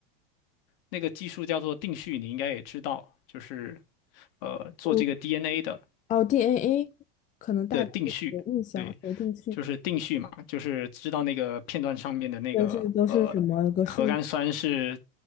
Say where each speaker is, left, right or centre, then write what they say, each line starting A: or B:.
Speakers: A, on the left; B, on the left.
A: 那个技术叫做定序，你应该也知道，就是呃做这个
B: 我
A: DNA 的。
B: 哦，DNA 可能大概有印象，
A: 的定序，对，
B: 回定去。
A: 就是定序嘛，就是知道那个片段上面的那个呃核苷酸是
B: 就是都是什么个顺？